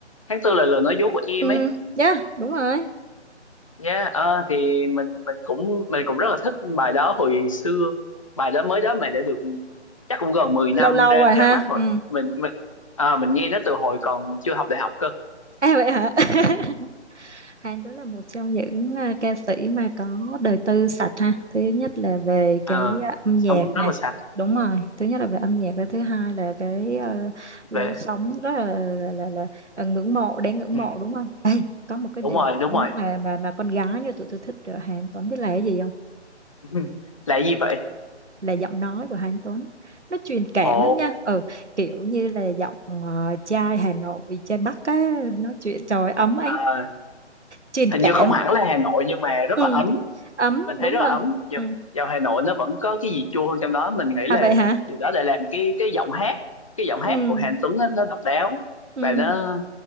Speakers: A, on the left; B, on the right.
A: tháng tư là lời nói dối của em
B: Ừ,
A: ấy
B: yeah, đúng rồi.
A: yeah, ờ, thì mình mình cũng mình cũng rất là thích bài đó hồi xưa bài đó mới đó mà đã được chắc cũng gần 10
B: Lâu
A: năm
B: lâu
A: ra
B: rồi ha.
A: ra mắt rồi
B: Ừ.
A: mình mình ờ, mình nghe nó từ hồi còn chưa học đại học cơ
B: À vậy hả? <laughs> Hàn đó là một trong những à, ca sĩ mà có đời tư sạch ha. Thứ nhất là về
A: Ờ,
B: cái à, âm
A: sống
B: nhạc
A: rất
B: nè.
A: là sạch
B: Đúng rồi. Thứ nhất là về âm nhạc và thứ hai là cái à, lối
A: về
B: sống rất là là là, là à, ngưỡng mộ đáng ngưỡng
A: ừ,
B: mộ đúng không? Ê, có một cái điểm
A: đúng rồi đúng rồi
B: mà mà mà con gái như tụi tôi thích ở Hàn Tuấn biết là cái gì không?
A: <laughs> là cái gì vậy
B: là giọng nói của Hà Anh Tuấn nó truyền cảm
A: ồ
B: lắm nha ừ kiểu như là giọng ờ, trai Hà Nội trai Bắc á nói chuyện trời ơi, ấm áp
A: à,
B: truyền cảm
A: hình như không hẳn là Hà Nội nhưng mà rất
B: ừ
A: là ấm
B: ấm
A: mình thấy
B: đúng
A: rất
B: rồi
A: là ấm
B: ừ
A: dạo, dạo Hà Nội nó vẫn có cái gì chua hơn trong đó mình nghĩ là
B: à vậy hả
A: điều đó để làm cái cái giọng hát cái giọng hát
B: ừ
A: của Hàn Tuấn nó, nó độc đáo
B: ừ
A: và nó